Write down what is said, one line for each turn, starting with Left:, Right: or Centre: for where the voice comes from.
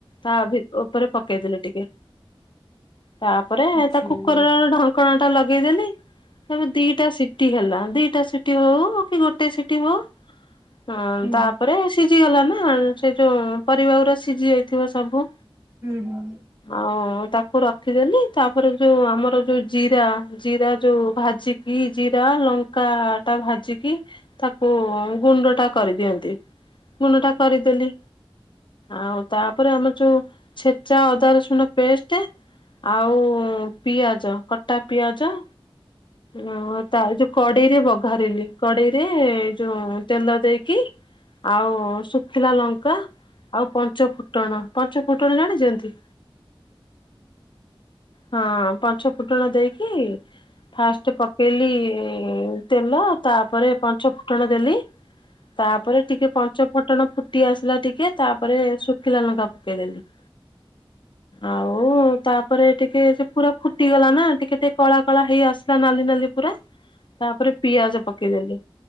Left: ତା ଭି ଓପରେ ପକେଇଦେଲେ ଟିକେ। ତାପରେ
Right: ଆଚ୍ଛା
Left: ତା କୁକର ଢ କଣା ଟା ଲଗେଇଦେଲି ତାର ଦିଟା ସିଟି ହେଲା ଦିଟା ସିଟି ହଉ ହଉ କି ଗୋଟେ ସିଠି ହଉ ହୁଁ-ଉ
Right: ହଁ
Left: ତାପରେ ସିଝି ଗଲା ନା ସେ ଯୋଉ ପରିବା ଗୁରା ସିଝି ଯାଇଥିବ ସବୁ
Right: ଡାଲମା
Left: ଆଉ-ଉ-ଉ ତାକୁ ରଖିଦେଲି ତାପରେ ଯୋଉ ଆମର ଯୋଉ ଯ ଜିରା ଜିରା ଯେଉ ଭାଜିକି ଜିରା ଲଙ୍କା ଟା ଭାଜିକି ତାକୁ-ଉ-ଉ ଗୁଣ୍ଡ ଟା କରିଦିଅନ୍ତି ଗୁଣ୍ଡ ଟା କରିଦେଲି। ଆଉ ତାପରେ ଆମର ଯୋଉ ଛେଚା ଅଦା ରସୁଣ ପେଷ୍ଟେ ଆଉ-ଉ-ଉ ପିଆଜ କଟା ପିଆଜ। ଓ-ଓ ତା ଯୋଉ କଡେଇରେ ବଘାରିଲି କଡେଇରେ-ଏ-ଏ ଯୋଉ ତେଲ ଦେଇକି ଆଉ-ଉ-ଉ ଶୁଖିଲା ଲଙ୍କା ଆଉ ପଞ୍ଚୁ ଫୁଟଣ, ପଞ୍ଚୁ ଫୁଟଣ ଜାଣିଛନ୍ତି? ହଁ-ଅ-ଅ ପଞ୍ଚୁ ଫୁଟଣ ଦେଇକି ଫାଷ୍ଟ ପକେଇଲି-ଇ-ଇ-ଇ ତେଲ ତାପରେ ପଞ୍ଚୁ ଫୁଟଣ ଦେଲି ତାପରେ ଟିକେ ପଞ୍ଚୁ ଫୁଟଣ ଫୁଟି ଆସିଲା ଟିକେ ତାପରେ ଶୁଖିଲା ଲଙ୍କା ପକେଇଦେଲି। ଆଉ-ଉ-ଉ-ଉ ତାପରେ ଟିକେ ସେ ପୁରା ଫୁଟିଗଲା ନା ଟିକେ ଟିକେ କଳା କଳା ହେଇ ଆସି ନାଲି ନାଲି ପୂରା ତାପରେ ପିଆଜ ପକେଇ ଦେଲି,